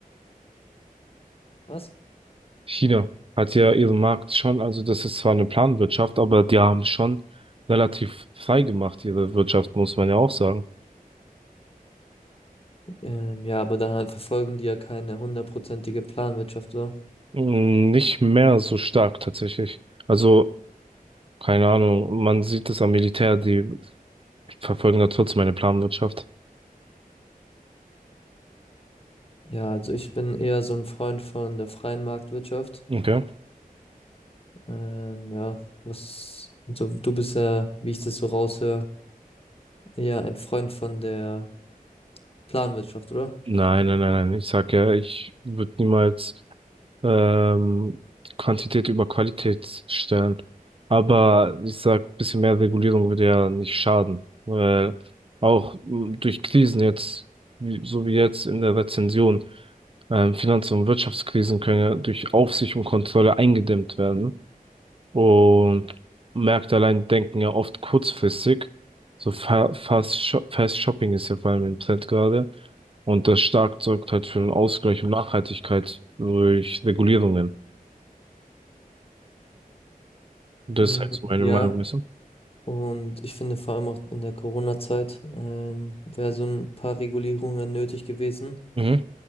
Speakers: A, on the left (about 40°); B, on the right (about 35°).
A: Was?
B: China hat ja ihren Markt schon, also das ist zwar eine Planwirtschaft, aber die haben schon relativ frei gemacht, ihre Wirtschaft, muss man ja auch sagen.
A: Ähm, ja, aber dann halt verfolgen die ja keine hundertprozentige Planwirtschaft so.
B: Mm, Nicht mehr so stark tatsächlich. Also Keine Ahnung, man sieht es am Militär, die verfolgen da trotzdem eine Planwirtschaft.
A: Ja, also ich bin eher so ein Freund von der freien Marktwirtschaft.
B: Okay.
A: Ähm, ja, was, so, du bist ja, wie ich das so raushöre, eher ein Freund von der Planwirtschaft, oder?
B: Nein, nein, nein, nein. Ich sag ja, ich würde niemals ähm, Quantität über Qualität stellen. Aber ich sag, ein bisschen mehr Regulierung würde ja nicht schaden. Weil auch m, durch Krisen jetzt, wie, so wie jetzt in der Rezession, ähm, Finanz- und Wirtschaftskrisen können ja durch Aufsicht und Kontrolle eingedämmt werden. Und Märkte allein denken ja oft kurzfristig. So Fa- Fast, Sho- Fast Shopping ist ja vor allem im Trend gerade. Und das stark sorgt halt für einen Ausgleich und Nachhaltigkeit durch Regulierungen. Das
A: Mm,
B: ist halt so meine
A: ja,
B: Meinung, weißt du?
A: und ich finde vor allem auch in der Corona-Zeit ähm, wäre so ein paar Regulierungen nötig gewesen,
B: Mhm.